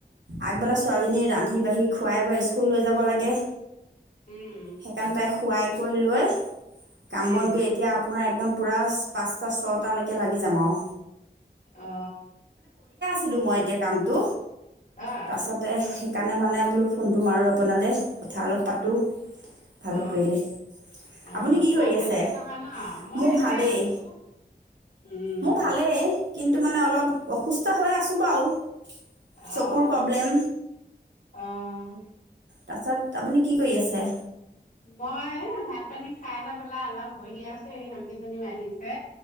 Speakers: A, on the right; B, on the left.
A: আগবেলা ছোৱালীজনী ৰান্ধি বাঢ়ি খুৱাই বুৱাই স্কুল লৈ যাব লাগে
B: উম
A: সেইকাৰণে তাই শোৱাই কৰি লৈ কাম
B: উম
A: বন কৰি এতিয়া আপোনাৰ একদম পুৰা পাঁচটা ছটালেকে লাগি যাম আৱ
B: অ
A: ছিলো মই এতিয়া কামটো
B: অ অ
A: তাপাছতে সে সেইকাণে মানে বোলো ফোনটো মাৰোঁ আপোনালে কথা অলপ পাতোঁ ভালেই
B: অ
A: কৰিলে
B: অ
A: আপুনি কি
B: তোমাৰ
A: কৰি আছে
B: ভালে নহয় ন মই
A: মোৰ
B: এনে
A: ভালেই
B: আছো উম
A: মোৰ ভালেই কিন্তু মানে অলপ অসুস্থ হৈ আছোঁ বাৰু।
B: অঁহ
A: চকুৰ প্ৰব্লেম
B: অঁহ।
A: তাৰছত আপুনি কি কৰি আছে?
B: মই ভাত পানী খাই লৈ পেলাই অলপ বহি আছে স সংকেইজনীও আহিছে।